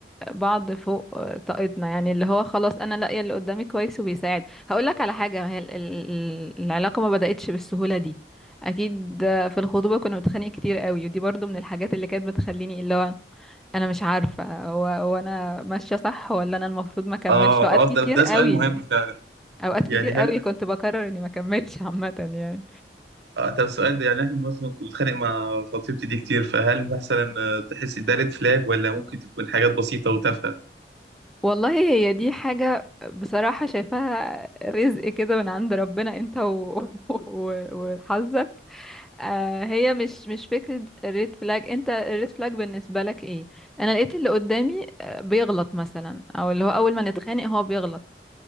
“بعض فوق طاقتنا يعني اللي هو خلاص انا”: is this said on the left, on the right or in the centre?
Centre